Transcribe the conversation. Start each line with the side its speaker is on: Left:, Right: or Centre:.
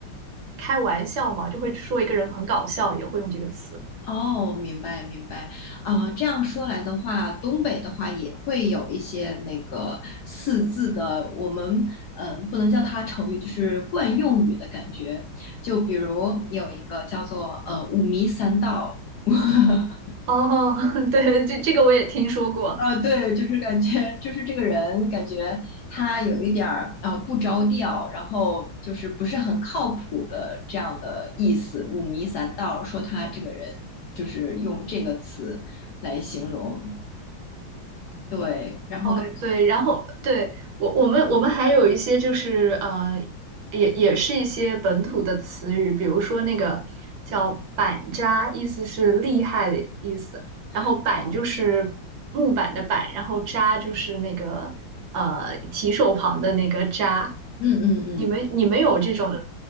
Right: 开玩笑嘛，就会说一个人很搞笑，也会用这个词。
Left: 哦，明白明白啊，这样说来的话，东北的话也会有一些那个四字的，我们嗯、呃不能叫它成语，就是惯用语的感觉。就比如有一个叫做呃五迷三道，<laughs>
Right: 哦，<laughs> 对，这这个我也听说过。
Left: 啊，对，就是感觉，就是这个人感觉他有一点儿啊、呃不着调，然后就是不是很靠谱的这样的意思，五迷三道，说他这个人就是用这个词来形容，对，然后感
Right: 哦，对，然后对我我们我们还有一些就是呃，也也是一些本土的词语，比如说那个叫板扎，意思是厉害的意思，然后板就是木板的板，
Left: 觉哦，
Right: 然后扎就是那个呃提手旁的那个扎，
Left: 嗯嗯
Right: 你们你们有这种